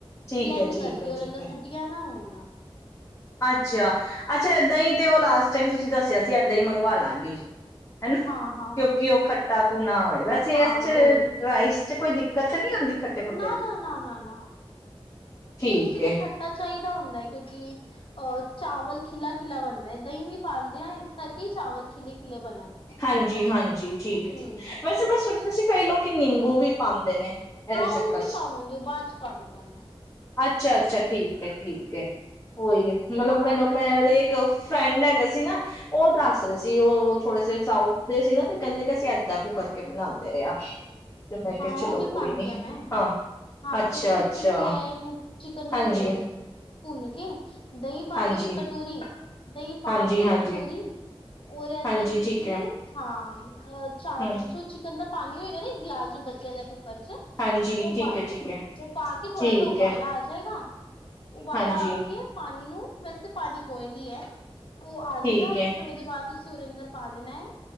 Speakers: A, on the left; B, on the left.
A: ਠੀਕ
B: ਬਲੈਂਡ
A: ਹੈ, ਠੀਕ
B: ਕਰਕੇ
A: ਹੈ,
B: ਉਹਦੇ
A: ਠੀਕ
B: ਅੰਦਰ
A: ਹੈ।
B: ਬੁਟੀਆਂ ਨਾ ਹੋਣ ਹੂੰ
A: ਅੱਛਾ ਅੱਛਾ ਦਹੀਂ, ਤੇ ਉਹ ਲਾਸਟ ਟਾਈਮ ਤੁਸੀਂ ਦੱਸਿਆ ਸੀ ਏਦਾਂ ਹੀ ਮੰਗਵਾ ਲਾਂਗੀ। ਹਨਾ
B: ਹਾਂ ਹਾਂ
A: ਕਿਉਂਕਿ ਉਹ ਖੱ <unintelligible> ਨਾ ਹੋਏ ਵੈਸੇ
B: ਹਾਂ
A: ਇਸ
B: ਉਹੀ
A: ਚ ਰਾਈਸ ਕੋਈ ਦਿੱਕਤ ਨਹੀਂ ਆਉਂਦੀ ਖੱਟੇ ਖੁੱਟੇ
B: ਨਾ
A: ਦੀ।
B: ਨਾ ਨਾ ਨਾ ਨਾ
A: ਠੀਕ
B: ਇਸ ਚ
A: ਹੈ,
B: ਤੇ ਖੱਟਾ ਚਾਹੀਦਾ ਹੁੰਦਾ ਹੈ, ਕਿਉਂਕਿ ਅ ਚਾਵਲ ਖਿਲਾ ਖਿਲਾ ਬਣਦਾ ਹੈ, ਦਹੀਂ ਵੀ ਪਾਂਦੇ ਆ ਇਸ ਕਰਕੇ ਚਾਵਲ ਖਿਲੇ ਖਿਲੇ ਬਣਨ
A: ਹਾਂਜੀ-ਹਾਂਜੀ ਠੀਕ ਹੈ
B: ਹਮ
A: ਠੀਕ ਹੈ ਵੈਸੇ ਮੈਂ ਸੁਣਿਆ ਸੀ। ਕਈ ਲੋਕੀ ਨਿੰਬੂ ਵੀ ਪਾਉਂਦੇ ਨੇ ਇਹਦੇ
B: ਹਾਂ
A: ਚੱਕਰ
B: ਉਹ ਵੀ
A: ਚ
B: ਪਾਵਾਂਗੇ ਉਹ ਬਾਅਦ ਚ ਪਾਵਾਗੇ ਕਹਿੰਦੇ,
A: ਅੱਛਾ ਅੱਛਾ ਠੀਕ ਹੈ ਠੀਕ ਹੈ ਉਹੀ ਮਤਲਬ
B: ਹਾਂ
A: ਮੈਨੂੰ
B: ਤੇ
A: ਮੇਰਾ
B: ਫਿਰ
A: ਇੱਕ ਫਰੈਂਡ ਹੈਗਾ ਸੀ ਨਾ ਉਹ ਦੱਸ ਰਹੇ ਸੀ। ਜੀ ਉਹ ਥੋੜੇ ਸੇ ਸਾਊਥ ਦੇ ਸੀ ਨਾ ਤੇ ਕਹਿੰਦੇ ਕਿ ਅਸੀਂ ਏਦਾਂ ਕੁੂ ਕਰਕੇ ਬਣਾਦੇ ਆ ਤੇ ਮੈਂ
B: ਹਾਂ
A: ਕਿਹਾ ਚਲੋ
B: ਉਹ ਵੀ ਪਾਉਂਦੀ
A: ਕੋਈ ਨੀ
B: ਆ ਮੈਂ
A: ਹਾਂ।
B: ਹਾਂ
A: ਅੱਛਾ
B: ਤੇ ਫੇਰ
A: ਅੱਛਾ
B: ਤੁਸੀਂ ਇਹਨੂੰ ਚਿਕਨ ਨੂੰ
A: ਹਾਂਜੀ
B: ਭਿਗੋ ਭੁੰਨ ਕੇ ਦਹੀਂ ਪਾ
A: ਹਾਂਜੀ
B: ਦੋ ਇੱਕ ਕਟੋਰੀ, ਦਹੀਂ ਪਾ
A: ਹਾਂਜੀ
B: ਕੇ
A: ਹਾਂਜੀ
B: ਕਟੋਰੀ ਉਹਦੇ ਅੰਦਰ
A: ਹਾਂਜੀ
B: ਤੁਸੀਂ
A: ਠੀਕ ਹੈ
B: ਹਾਂ, ਚਾ
A: ਹਮ
B: ਜੋ ਚਿਕਨ ਦਾ ਪਾਣੀ ਹੋਏਗਾ ਨਾ ਗਿਲਾਸ ਚ ਬਚਿਆ ਦਾ ਕੁ ਕਰ ਚ
A: ਹਾਂਜੀ
B: ਉਹ
A: ਠੀਕ
B: ਪਾ
A: ਹੈ
B: ਦੋ,
A: ਠੀਕ ਹੈ
B: ਉਹ ਪਾ ਕੇ ਥੋੜਾ
A: ਠੀਕ
B: ਸਾ ਉਬਾਲਾ
A: ਹੈ
B: ਆ ਜਾਏਗਾ। ਉਬਾਲਾ
A: ਹਾਂਜੀ
B: ਆ ਕੇ ਪਾਣੀ ਨੂੰ ਵੈਸੇ ਪਾਣੀ ਬੋਇਲ ਹੀ ਹੈ। ਉਹ ਆ
A: ਠੀਕ
B: ਜੇਗਾ
A: ਹੈ
B: ਤੇ ਫੇਰ ਉਹਦੇ ਬਾਅਦ ਤੁਸੀਂ ਉਹਦੇ ਅੰਦਰ ਪਾ ਦੇਣਾ ਹੈ